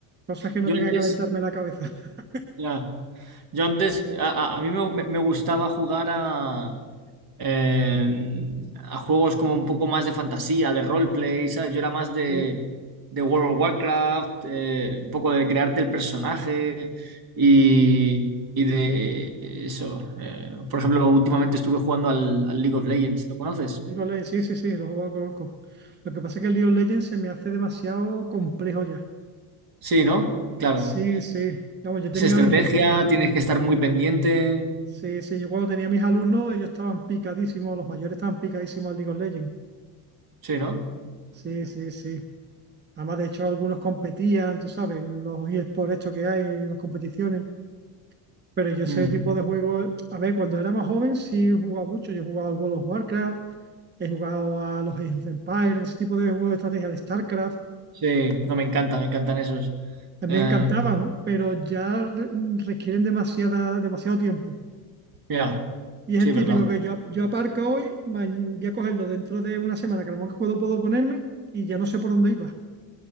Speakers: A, on the right; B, on the right.
A: Cosas que no
B: Yo
A: tenga
B: antes,
A: que calentarme la cabeza. <laughs>
B: Ya. Yo antes, a, a- a mí me, me- me gustaba jugar a, eh, a juegos como un poco más de fantasía, de roleplay, ¿sabes? Yo era más de,
A: Sí,
B: de World of Warcraft, eh, un poco de crearte el personaje y,
A: sí.
B: y de eso. Eh, por ejemplo, últimamente estuve jugando al, al League of Legends, ¿lo conoces?
A: League of Legends, sí, sí, sí, lo juego, lo conozco. Lo que pasa es que el League of Legends se me hace demasiado complejo ya.
B: Sí, ¿no? Claro.
A: Sí, sí. Vamos, yo tenía
B: Es estrategia,
A: mis,
B: tienes que estar muy pendiente,
A: Sí, sí, yo cuando tenía mis alumnos, ellos estaban picadísimos, los mayores estaban picadísimos al League of Legends.
B: sí, ¿no?
A: Sí, sí, sí. Además, de hecho, algunos competían, tú sabes, en los por esto que hay, en las competiciones. Pero yo ese
B: Mm.
A: tipo de juegos, a ver, cuando era más joven sí jugaba mucho. Yo he jugado al World of Warcraft, he jugado a los Age of Empires, ese tipo de juegos de estrategia, al StarCraft.
B: Sí, no me encanta, me encantan esos.
A: Me
B: Eh,
A: encantaban, ¿no? pero ya re- requieren demasiada, demasiado tiempo.
B: mira,
A: Y es
B: sí,
A: el
B: es
A: típico
B: verdad.
A: que yo, yo aparco hoy, ma- voy a cogerlo dentro de una semana, que a lo mejor puedo, puedo ponerme y ya no sé por dónde iba.